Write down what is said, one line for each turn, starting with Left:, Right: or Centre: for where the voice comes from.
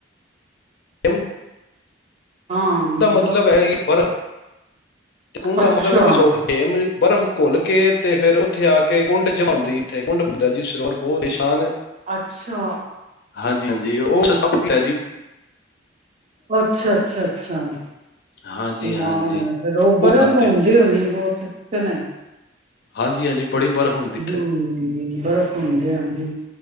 Left: <inaudible>
Right: ਹਾਂ
Left: ਐਦਾ ਮਤਲਬ ਹੈ ਈ ਬਰਫ਼ ਤੇ ਕੁਨ ਦਾ
Right: ਅੱਛਾ
Left: ਮਤਲਬ <unintelligible> ਬਰਫ਼ ਘੁਲ ਕੇ ਤੇ ਫੇਰ ਉਥੇ ਆ ਕੇ ਕੁੰਡ ਜਮਾ ਉਥੇ ਕੁੰਡ ਹੁੰਦਾ ਜੀ ਸਰੋਵਰ ਬਹੁਤ ਸ਼ਾਨ
Right: ਅੱਛਾ।
Left: ਹਾਂਜੀ-ਹਾਂਜੀ ਉਹ ਸਭ <unintelligible> ਜੀ।
Right: ਅੱਛਾ-ਅੱਛਾ, ਅੱਛਾ। ਕਮਾਲ
Left: ਹਾਂਜੀ-ਹਾਂਜੀ
Right: ਹੈ ਫੇਰ ਉਹ ਬਰਫ
Left: ਸਥਾਨ
Right: ਹੁੰਦੀ
Left: ਤੇ
Right: ਹੋਣੀ ਹ ਬੋਹਤ। <unintelligible> ਨਹੀਂ
Left: ਹਾਂਜੀ-ਹਾਂਜੀ ਬੜੀ ਬਰਫ਼ ਹੁੰਦੀ
Right: ਹ
Left: ਇੱਥੇ
Right: ਬਰਫ਼ <unintelligible> ਹਾਜੀ।